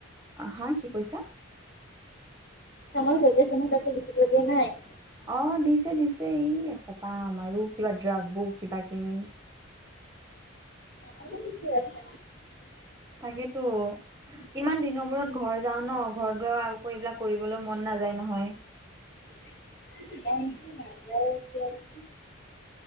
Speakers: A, on the right; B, on the left.
A: হা কি কৈছা
B: চামাৰ ভেকচনত একো লিখিব দিয়া নাই?
A: অ', দিছে, দিছে এই সোপা আৰু কিবা ড্ৰাগবুক কিবা কিনি
B: আৰু <unintelligible> কি আছে।
A: তাকেতো। ইমান দিনৰ মূৰত ঘৰ যাওঁ ন ঘৰত গৈ আকৌ এইবিলাক কৰিবলৈ মন নাযায় নহয়।
B: মনটো নাযায় এতিয়া।